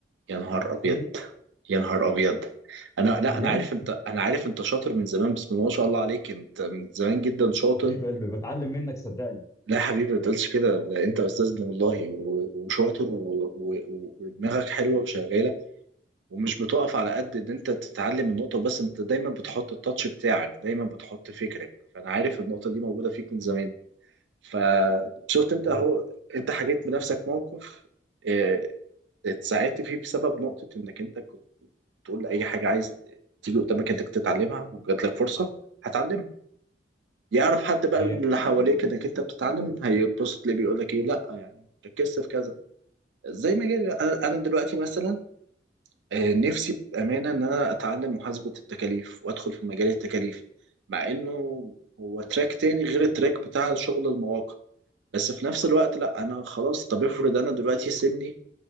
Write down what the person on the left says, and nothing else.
انت متخيل
بجد
حبيب قلبي بتعلم منك صدقني
صحيح
صحيح